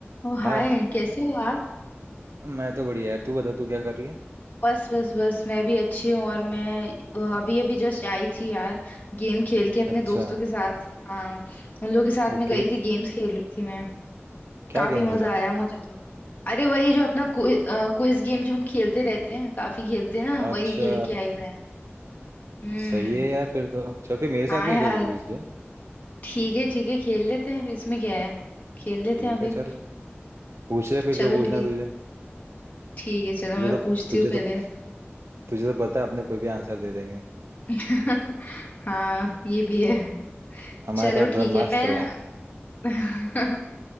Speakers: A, on the left; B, on the right.
A: ओ
B: हाय
A: hi कैसे हो आप
B: मैं तो बढ़िया यार तू बता तू क्या कर रही है
A: बस बस बस मैं भी अच्छी हूँ और मैं अ, अभी अभी जस्ट आई थी यार गेम खेल के अपने
B: अच्छा
A: दोस्तों के साथ हाँ उन लोगों के साथ
B: ओके
A: मैं गई थी गेम्स खेल रही थी मैं
B: क्या
A: काफी
B: गेम
A: मजा
B: खेला
A: आया मुझे तो अरे वही जो अपना क्विज गेम जो हम खेलते रहते हैं काफी खेलते हैं ना
B: अच्छा
A: वही खेल के आई मैं हम्म
B: सही है यार फिर तो चल फिर मेरे साथ
A: हाँ
B: भी
A: यार
B: खेल क्विज गेम
A: ठीक है ठीक है खेल लेते हैं इसमें क्या है खेल लेते
B: ठीक
A: हैं अभी
B: है चल पूछ ले फिर
A: चलो
B: जो पूछना
A: ठीक
B: है तुझे
A: है ठीक है चलो
B: तुझे
A: मैं
B: तो
A: पूछती
B: तुझे
A: हूँ पहले
B: तो तुझे तो पता है अपने कोई भी आंसर दे देंगे
A: <laughs> हाँ ये भी है
B: हमारे
A: चलो
B: पास
A: ठीक
B: ब्रह्मास्त्र
A: है
B: है
A: मैं <laughs>